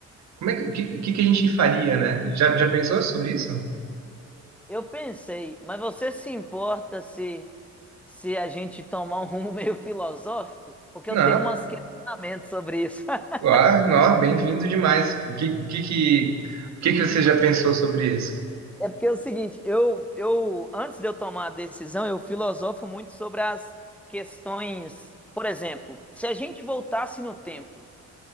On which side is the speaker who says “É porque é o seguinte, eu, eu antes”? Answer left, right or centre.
Centre